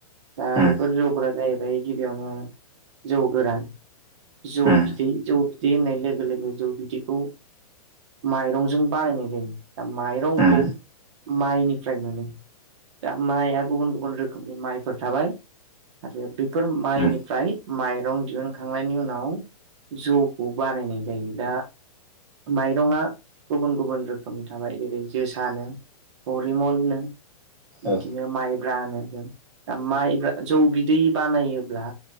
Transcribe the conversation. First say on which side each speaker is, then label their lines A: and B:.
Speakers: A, on the right (about 50°); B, on the right (about 25°).
A: दा
B: उम
A: बेफोर जौफोरा जाहैबाय गिबियावनो जौ गोरान। जौ
B: उम
A: बिदै जौ बिदै होननाय लोगो लोगो जौ बिदैखौ माइरंजों बानायनाय जायो दा माइरंखौ
B: उम
A: माइनिफ्राय मोनो। दा माइआ गुबुन गुबुन रोखोमनि माइफोर थाबाय आरो बेफोर माइनिफ्राय
B: उम
A: माइरं दिहुनखांनायनि उनाव जौखौ बानायनाय जायो दा माइरंआ गुबुन गुबुन रोखोमनि थाबाय जेरै जोसानो। हरिमलनो बिदिनो
B: औ
A: माइ ब्रा नोगोन दा माइब्रा जौ बिदै बानायोब्ला